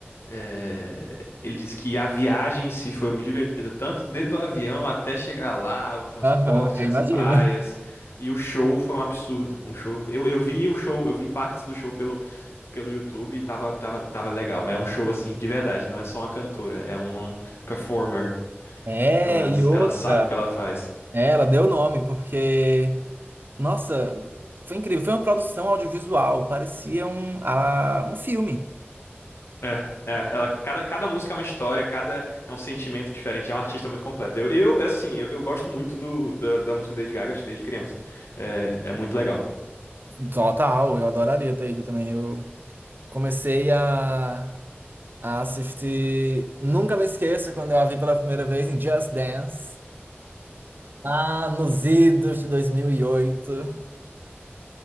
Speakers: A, on the left; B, on the right.
A: É, Ele disse que a viagem em si foi muito divertida, tanto dentro do avião até chegar lá, o transporte,
B: Aham, eu
A: as
B: imagino.
A: praias. E o show foi um absurdo. Um show. Eu, eu vi o show, eu vi partes do show pelo pelo YouTube e tava, tava, tava legal. É um show assim, de verdade, não é só uma cantora, é um, um performer.
B: É,
A: Ela,
B: e outra.
A: ela sabe o que ela faz.
B: é, ela deu nome, porque. Nossa, foi incrível. Foi uma produção audiovisual. Parecia um, a, um filme.
A: É, é, ela, cada, cada música é uma história, cada é um sentimento diferente, é uma artista muito completa. Eu, eu assim, eu, eu gosto muito do, da, da música da Lady Gaga desde criança. É, é muito legal.
B: Total, eu adoraria ter ido também. Eu comecei a, a assistir. Nunca me esqueço quando eu a vi pela primeira vez em Just Dance. Ah, nos idos de 2008. E oito.